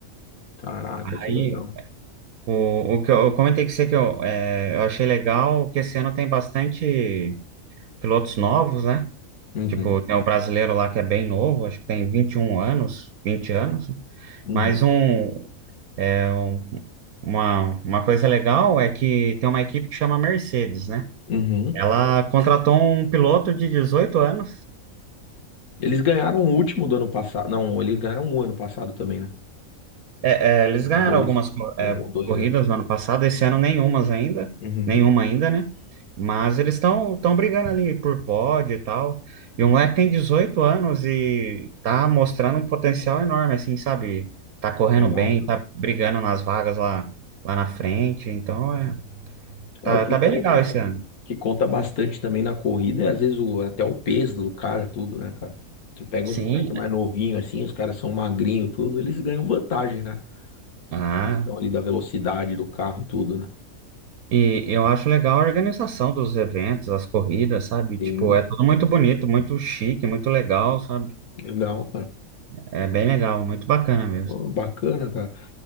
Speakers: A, on the left; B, on the right.
A: Caraca, que
B: Aí,
A: legal.
B: o, o que eu, eu comentei com você que eu, é, eu achei legal que esse ano tem bastante pilotos novos, né?
A: Uhum,
B: Tipo, tem o brasileiro lá que é bem novo, acho que tem 21 anos, vinte anos. né?
A: uhum,
B: Mas um, é, um- uma, uma coisa legal é que tem uma equipe que chama Mercedes, né?
A: uhum.
B: Ela contratou um piloto de dezoito anos
A: Eles ganharam o último do ano passado. Não, eles ganharam um ano passado também, né?
B: É, é, eles
A: Os
B: ganharam
A: dois.
B: algumas co-
A: Um
B: é,
A: ou dois,
B: corridas
A: né?
B: no ano passado, esse ano nenhumas ainda,
A: Uhum,
B: nenhuma ainda, né? Mas eles estão estão brigando ali por pódio e tal. E o moleque tem 18 anos e tá mostrando um potencial enorme, assim, sabe? Tá correndo
A: legal,
B: bem,
A: cara.
B: tá brigando nas vagas lá, lá na frente. Então, é, tá,
A: É o que
B: tá
A: conta.
B: bem legal esse ano.
A: que conta bastante também na corrida, e às vezes o, até o peso do cara, tudo, né, cara? Você pega
B: Sim,
A: uns moleques mais novinhos assim, os caras são magrinhos, tudo, eles ganham vantagem, né?
B: ah,
A: A questão ali da velocidade do carro e tudo, né?
B: e eu acho legal a organização dos eventos, as corridas, sabe?
A: Sim,
B: Tipo, é tudo muito bonito, muito chique, muito legal, sabe?
A: legal, cara.
B: É bem legal, muito bacana mesmo.
A: Pô, bacana, cara.